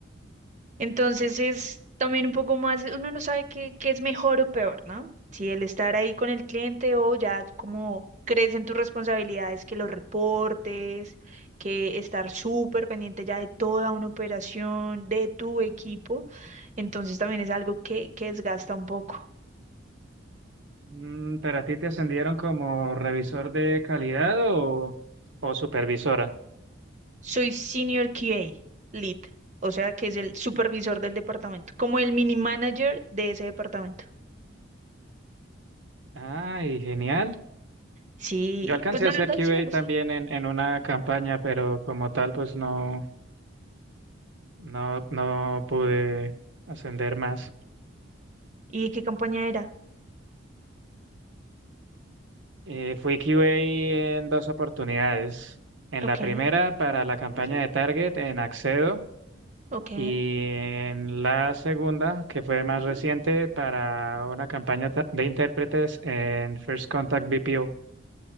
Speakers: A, on the right; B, on the right.
A: Entonces es también un poco más, uno no sabe qué, qué es mejor o peor, ¿no? Si el estar ahí con el cliente o ya como crees en tus responsabilidades, que los reportes, que estar súper pendiente ya de toda una operación, de tu equipo. Entonces también es algo que, que desgasta un poco.
B: Mm, ¿pero a ti te ascendieron como revisor de calidad o, o supervisora?
A: Soy Senior QA, Lead, o sea que es el supervisor del departamento, como el mini manager de ese departamento.
B: Ay, genial.
A: Sí,
B: Yo alcancé
A: pues la
B: a hacer
A: verdad
B: QA
A: sí me gusta.
B: también en, en una campaña, pero como tal pues no, no, no pude ascender más.
A: ¿Y qué campaña era?
B: Eh, fui QA en dos oportunidades. En
A: Ok,
B: la primera para la campaña
A: ujú,
B: de Target en Accedo
A: ok.
B: y en la segunda, que fue más
A: ujú.
B: reciente, para una campaña ta- de intérpretes en First Contact BPO,